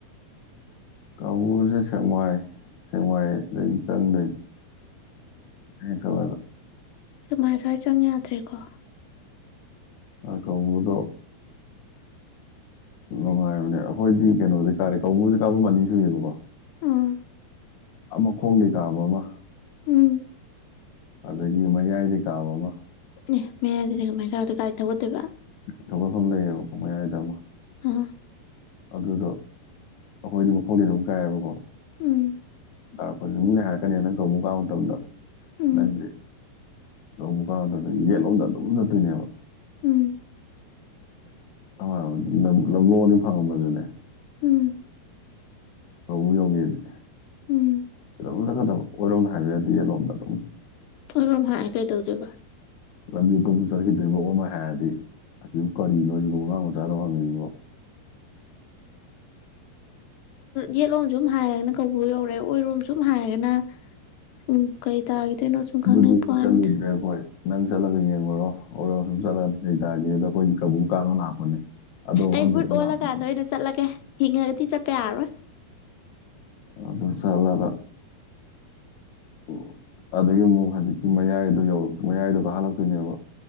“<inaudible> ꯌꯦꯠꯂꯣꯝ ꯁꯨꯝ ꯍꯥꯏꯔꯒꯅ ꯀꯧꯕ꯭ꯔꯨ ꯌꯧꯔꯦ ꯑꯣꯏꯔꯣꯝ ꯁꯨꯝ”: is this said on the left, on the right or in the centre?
Left